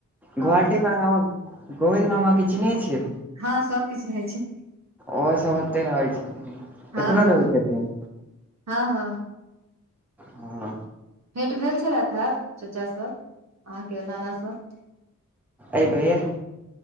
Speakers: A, on the right; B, in the centre.
A: तऽ
B: गोहाटी
A: मतलब
B: मे अहाॅं हम्म गोविंद मामा के चिन्है छियै
A: हँ सबकिछु होइ छै
B: ओहो सब ओतै रहै छलखिन
A: हँ
B: एखनो
A: हँ
B: रहै छथिन
A: हँ हँ
B: हँ
A: भेंट भेल छलैथ हे चचासभ अहाँके नानासभ
B: अइ बेर